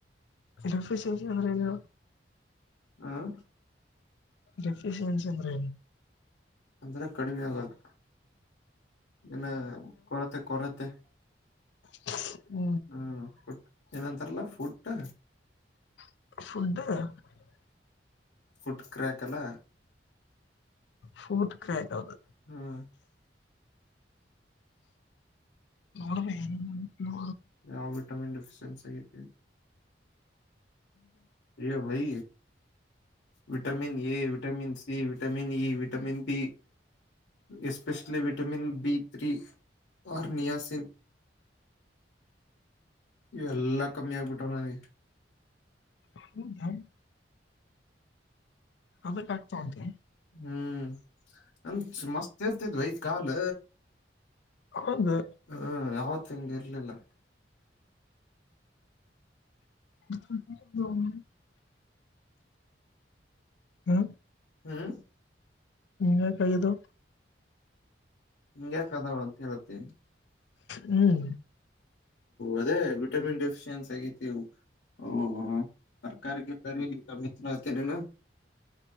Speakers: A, on the left; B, on the left.
A: ಎಫ ವಿಂದಲ್ಲ
B: ಹ್ಮ
A: ರೆಫ್ರಿನ್ಸ್ ಅಂದ್ರೆ
B: ಅಂದ್ರೆ ಕಡಿಮೆ ಆಗದು ಇಲ್ಲ ಕೊರತೆ ಕೊರತೆ
A: ಹ್ಮ <unintelligible>
B: ಹ್ಮ ಫು ಏನಂತಾರಲ್ಲ ಫುಟ್
A: <unintelligible>
B: ಫುಟ್ ಕ್ರ್ಯಾಕ್ ಅಲ್ಲ
A: ಶುತ್ ಕೌದು
B: ಹ್ಮ್
A: ನೋಡಬೇಕೇ ನೋ
B: ಯ ವಿಟಾಮನ್ ಫಶನ್ ಸಗತಿ ಯೋ ಭೈ vitamin A vitamin C vitamin ಈ vitamin B especially vitamin B three niacin ಇವೆ ಎಲ್ಲಾ ಕಮ್ಮಿ ಆಗ್ಬಿಟ್ಟಾವ ನಿ
A: ಹ ಧರ್ ಹದಕ್ಾಗಗ್ತಾವಂತೆ
B: ಹ್ಮ್ ಅಂ ಮಸ್ತ್ ಇರ್ತಿದ್ವಿೈ ಕಾಲ್
A: ಹೌದು
B: ಹ ಯಾವತ್ ತಿಂಗ ಇರ್ಲಿಲ್ಲ
A: ಹ್ಮ ಹ್ಮ
B: ಹ್ಮ್
A: ನಿ ಕದು
B: ಹಿಂಗ್ಯಾಕದಾವ ಅಂತ ಹೇಳತ್ತೇ
A: ಹ್ಮ್
B: ಅದೇ ವಿಟಮಿನ್ ಡಿಫಿಶಿಯನ್ಸಿ ಆಗತಿ ಓ ತರ್ಕಿಗೆ ಸರಿಮ್ಮಿ್ತೇನೇನಾ